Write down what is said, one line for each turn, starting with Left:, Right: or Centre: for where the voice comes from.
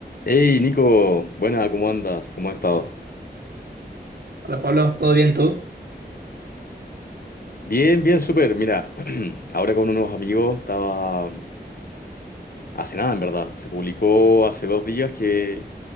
Left: Hey Nico, buena, ¿cómo andas? ¿Cómo has estado?
Right: Hola Pablo, ¿todo bien tú?
Left: Bien, bien, súper. Mira, <clears throat> ahora con unos amigos estaba hace nada, en verdad. Se publicó hace dos días que,